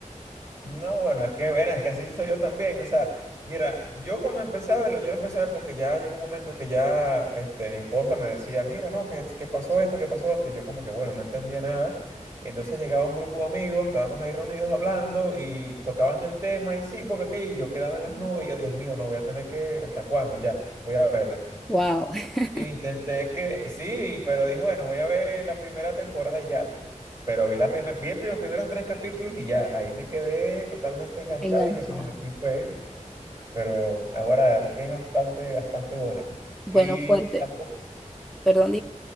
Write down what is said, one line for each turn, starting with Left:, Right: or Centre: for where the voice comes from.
Right: No, bueno, es que, verás, es que así soy yo también. O sea, mira, yo cuando empecé a verlo, yo lo empecé a ver porque ya llegó un momento que ya este, mi esposa me decía, mira, no, que, que pasó esto, que pasó lo otro. Y yo como que, bueno, no entendía nada. Y entonces llegaba un grupo de amigos, estábamos ahí reunidos hablando y tocaban el tema y sí, porque aquello, y yo quedaba en las nubes y yo, Dios mío, no voy a tener que, ¿hasta cuándo ya? Voy a verlo.
Centre: Wow, <laughs>
Right: Intenté que, sí, pero dije, bueno, voy a ver la primera temporada y ya, pe- pero, vi la primera, vi el- prim- los primeros tres capítulos y ya, ahí me quedé totalmente enganchado
Centre: enganchada.
Right: y dije, no, aquí fue, pero ahora la verdad que es bastante, bastante buena. pe.
Centre: Bueno,
Right: Y
Centre: fuerte.
Right: tampoco,
Centre: Perdón,